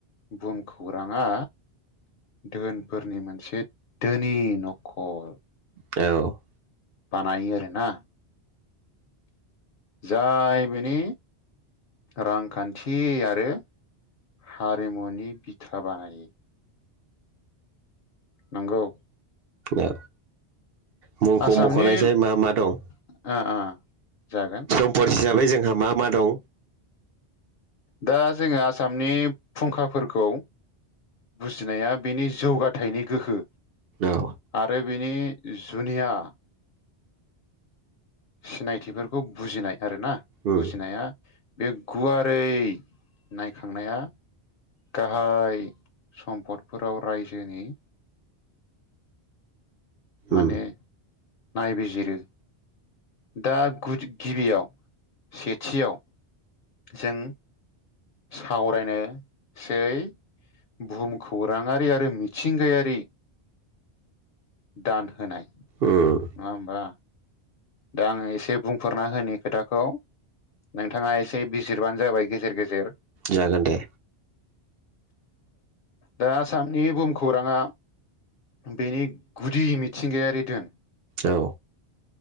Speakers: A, on the left (about 60°); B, on the right (about 65°).
A: बुहुम खौराङा दोहोनफोरनि मोनसे धोनि न'खर
B: औ
A: बानायो आरोना जाय बिनि रांखान्थि आरो हारिमुनि बिथा बानायो नंगौ
B: औ मुंखौ
A: आसामनि
B: मख'नायसाय मा मा दं?
A: ओ ओ जागोन
B: सम्पद हिसाबै जोंहा मा मा दं?
A: दा जोङो आसामनि फुंखाफोरखौ बुजिनाया बेनि जौगाथायाइनि गोहो।
B: औ
A: आरो बिनि जुनिया सिनायथिफोरखौ बुजिनाय आर ना
B: उम
A: बुजिनाया बे गुवारै नायखांनाया गाहाय सम्पदफोराव रायजोनि माने
B: उम
A: नायबिजिरो। दा गुदि -गिबियाव, सेथियाव जों सावरायनोसै बुहुम खौराङारि आरो मिथिंगायारि। दान होनाय नङा
B: उम
A: होमबा? दा आङो एसे बुंफोरना होननि खोथाखौ नोंथाङा एसे बिजिरबानो जाबाय गेजेर -गेजेर।
B: जागोन दे
A: दा आसामनि बुहुमखौराङा बेनि गुदि मिथिंगायारि दोन।
B: औ